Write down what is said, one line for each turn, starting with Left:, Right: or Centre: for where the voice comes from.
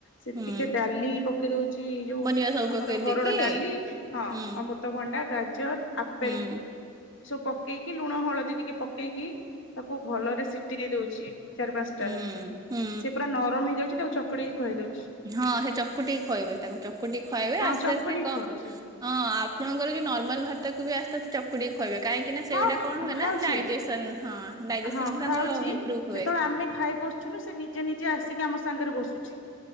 Left: ସେ
Right: ହୁଁ
Left: ଟିକେ ଡାଲି ପକେଇ ଦଉ ଅଛି ଯୋଉ
Right: ପରିବା ସବୁ
Left: ଆମର
Right: ପକେଇ
Left: ହରଡ଼
Right: ଦେଇକି
Left: ଡାଲି ହଁ।
Right: ହୁଁ
Left: ଅମୃତଭଣ୍ଡା, ଗାଜର, ଆପେଲ
Right: ହୁଁ
Left: ଏ ସବୁ ପକେଇକି ଲୁଣ, ହଳଦୀ ଟିକେ ପକେଇକି ତାକୁ ଭଲରେ ସିଟି ଦେଇ ଦଉଛି। ଚାରି ପାଞ୍ଚଟା
Right: ହୁଁ ହୁଁ
Left: ସିଏ ପୁରା ନରମ ହେଇଯାଉଛି ତାକୁ ଚକୁଡି ଖୁଆଇ ଦଉ
Right: ହଁ ସେ ଚକୁଟିିକି ଖୁଆଇବେ ତାକୁ ଚକୁଟି ଖୁଆଇବେ
Left: ହଁ
Right: ଆସ୍ତେ
Left: ଚକଡିକି
Right: ଆସ୍ତେ କ
Left: ଖୁଆଉଛି
Right: ହଁ ଆପଣଙ୍କର ଯୋଉ ନର୍ମାଲ ଭାତ କୁ ବି ଆସ୍ତେ ଆସ୍ତେ ଚ ଚକୁଟିକି ଖୁଆଇବେ କାହିଁକି ନା
Left: ହଁ
Right: ସେଗୁଟା କଣ ହୁଏ
Left: ଖାଉଛି
Right: ନା ଡାଇଜେସନ ହଁ ଡାଇଜେସନ
Left: ହଁ
Right: ଟା
Left: ଖାଉଛି
Right: ତାଙ୍କର ଇମପ୍ରୁଭ୍
Left: ଯେତେବେଳେ
Right: ହୁଏ।
Left: ଆମେ ଖାଇବୁ ଛୁନୁ ସେ ନିଜେ ନିଜେ ଆସିକି ଆମ ସାଙ୍ଗରେ ବସୁଛି।